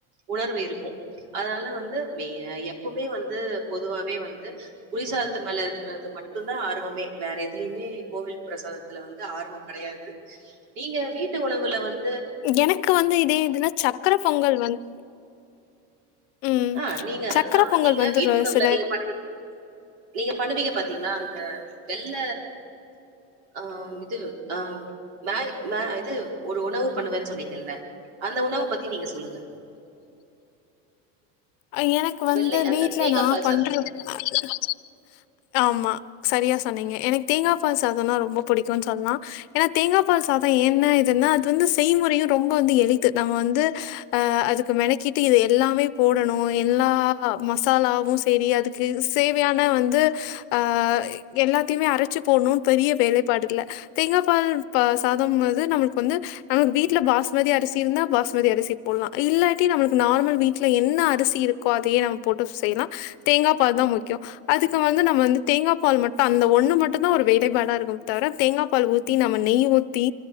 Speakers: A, on the right (about 80°); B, on the left (about 60°).
A: உணர்வு இருக்கு அதானல வந்து மே எப்பேமே வந்து பொதுவாவே வந்து புளிசாத் த்துமேல இருக்குறது மட் ஆ ஆர்வமே வேற எதுலியுமே கோவில் பிரசாத்துல வந்து ஆர்வோ கடையது நீங்க வீட்டு உணவுல வந்
B: எனக்கு வந்து இதே இதுன்னா சக்கர பொங்கல் வந்து ம்.
A: ஆ நீங்க
B: சக்கர
A: அதுதா
B: பொங்கல்
A: நீங்க
B: வந்து
A: வீட்டுக்குள்ள
B: ர
A: உள்ள
B: சில
A: நீங்க பண்ணுவி நீங்க பண்ணுவிங்க பாத்திங்களா அந்த வெள்ள ஆ மிது ஆம் மேகி மே இது ஒரு உணவு பண்ணுவே சொன்னிங்கல்ல அந்த உணவு பத்தி நீங்க சொல்லுங்க
B: ஆ எனக்கு
A: வெள்ளை அதாவது
B: வீட்ல
A: தேங்கா
B: நா
A: பால்
B: பன்ற
A: சாதம்.
B: <unintelligible> ஆமா சாரியா சொன்னிங்க எனக் தோங் கா பால் சாதோன்னா ரெம்பா புடிக்குன் சொல்லா எனா தோங்க பால் சாதோ என்ன இதுன்னா அது வந்து செய்முறையு ரொம்ப வந்து எளித்து நம்ம வந்து அ அதுக்கு மெனக்கிட்டு இது எல்லாமே போ டனு எல்லா மசாலாவு சரி அதுக்கு சேவையான வந்து அ எல்லாத்தையுமே அரச்சு போட்ணுன் பெரிய வேலைப்பாடு இல்ல தேங்கா பால் இப்ப சாதம் வந்து நம்மளுக்கு வந்து நமக்கு வீட்ல பாஸ்மதி அரிசி இருந்தா பாஸ்மதி அரிசி போட்லா இல்லாட்டி நம்மளுக்கு நார்மல் வீட்ல என் ன அரிசி இருக்கோ அதையே நம்ம போட்டு செய்யலா தேங்கா பால்தா முக்கியோ அதுக்கு வந்து நம்ம வந்து தேங்கா பால் மட்டு அந்த ஒன்னு மட்டுதா ஒரு வேலைப்பாடா இருக்குமே தவர தேங்கா பால் ஊத்தி தி நம்ம நெய் ஊத்தி